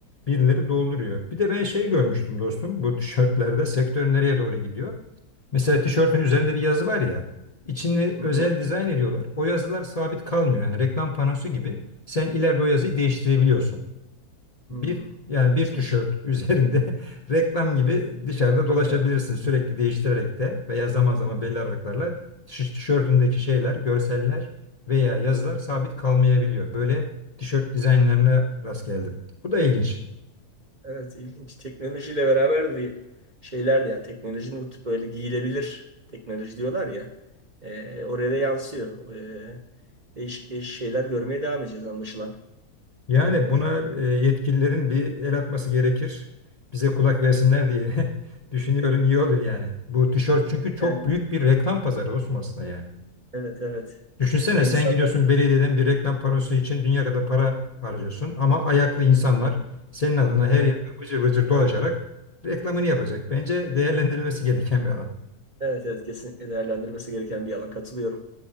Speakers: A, on the left (about 45°); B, on the right (about 50°).
A: birileri dolduruyor. Bir de ben şey görmüştüm dostum. Bu tişörtlerde sektör nereye doğru gidiyor? Mesela tişörtün üzerinde bir yazı var ya. İçini
B: Hı
A: özel
B: hı.
A: dizayn ediyorlar. O yazılar sabit kalmıyor. Yani reklam panosu gibi sen ileride o yazıyı değiştirebiliyorsun.
B: Hmm.
A: Bir yani bir
B: Geçmiş.
A: tişört <laughs> üzerinde reklam gibi dışarıda dolaşabilirsin
B: Evet.
A: sürekli değiştirerek de veya zaman zaman
B: Evet.
A: belli aralıklarla tiş- tişörtündeki şeyler, görseller veya yazılar sabit kalmayabiliyor. Böyle tişört dizaynlarına rast geldim. Bu da ilginç.
B: Evet. İlginç. Teknolojiyle beraber de şeyler de yani teknolojinin bu tip böyle giyilebilir teknoloji diyorlar ya. E, oraya da yansıyor. E, değişik değişik şeyler görmeye devam edeceğiz anlaşılan.
A: Yani buna e, yetkililerin bir el atması gerekir. Bize kulak versinler diye <laughs> düşünüyorum iyi olur yani. Bu tişört çünkü çok
B: Yani
A: büyük bir reklam pazarı olsun aslında yani.
B: evet evet.
A: Düşünsene
B: Yani
A: sen
B: insanlar
A: gidiyorsun belediyeden bir reklam panosu için dünya kadar para harcıyorsun ama ayaklı insanlar senin adına her
B: evet
A: yerde bıcır bıcır dolaşarak reklamını yapacak. Bence değerlendirilmesi gereken bir alan.
B: evet, evet kesinlikle değerlendirmesi gereken bir alan katılıyorum.